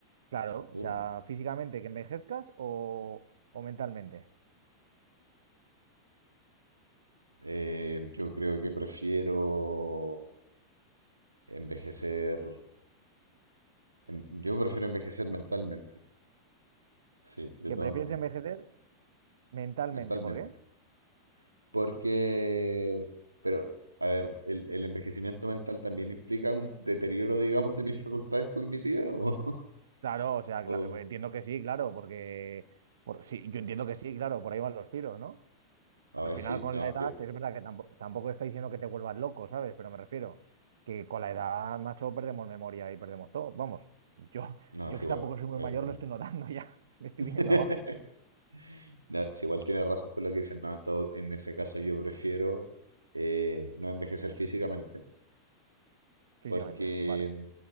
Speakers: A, on the right (about 60°); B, on the right (about 80°).
A: Claro,
B: O
A: o sea, físicamente que envejezcas o, o mentalmente.
B: eh, yo creo que prefiero envejecer. en- yo prefiero envejecer mentalmente. Sí, de
A: ¿Que
B: todas
A: prefieres
B: maneras.
A: envejecer mentalmente?
B: Mentalmente.
A: ¿Por qué?
B: Porque, pero, a ver, ¿el, el envejecimiento mental también implica un deterioro, digamos, de mis facultades cognitivas? O, <laughs>
A: Claro, o sea,
B: o-
A: cla- entiendo que sí, claro, porque por, sí, yo entiendo que sí, claro, por ahí van los tiros, ¿no?
B: a
A: Al
B: ver,
A: final,
B: sí,
A: con
B: no,
A: la edad,
B: yo,
A: es verdad que tampoco, tampoco está diciendo que te vuelvas loco, ¿sabes? Pero me refiero que con la edad, macho, perdemos memoria y perdemos todo. Vamos, yo,
B: no,
A: yo
B: es
A: que
B: igual,
A: tampoco soy muy
B: igual,
A: mayor,
B: perdón.
A: lo estoy notando ya. <laughs> Me estoy
B: <laughs>
A: viniendo abajo
B: No, si igual tiene razón con lo que dicen, no, en todo- en ese caso yo prefiero eh, no envejecer físicamente,
A: físicamente.
B: porque
A: Vale.